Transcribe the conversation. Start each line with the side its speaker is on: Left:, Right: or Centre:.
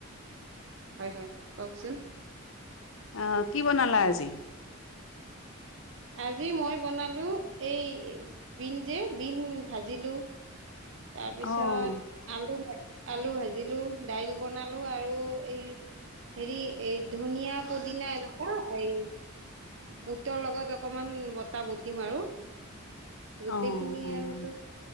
Right: হয় হয় কওকচোন
Left: অহ কি বনালা আজি
Right: আজি মই বনালো এই বিন যে বিন ভাজিলো তাৰপিছত
Left: অ', অ',
Right: আলু লাই আলু ভাজিলো দাইল বনালো আৰু এই হেৰি এই ধনিয়া পুদিনা এনেকোৱা এই বুটৰ লগত অকমান বতা বটিম আৰু গোটেইখিনি
Left: অ',
Right: আৰুতো